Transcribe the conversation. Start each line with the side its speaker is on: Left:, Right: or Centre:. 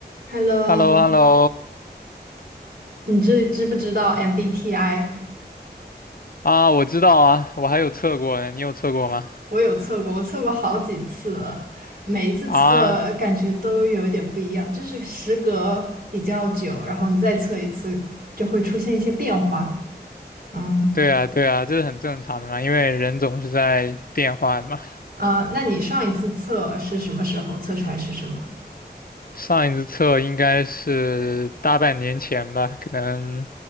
Right: Hello，
Left: h e l l o h e l l o
Right: 你知知不知道 MBTI？
Left: 啊，我知道啊，我还有测过呢，你有测过吗？
Right: 我有测过，我测过好几次了，每一次测感觉都有一点不一样，
Left: 啊，
Right: 就是时隔比较久，然后你再测一次，就会出现一些变化。嗯
Left: 对啊，对啊，这是很正常的嘛，因为人总是在变化的嘛。
Right: 啊，那你上一次测是什么时候？测出来是什么？
Left: 上一次测应该是大半年前吧，可能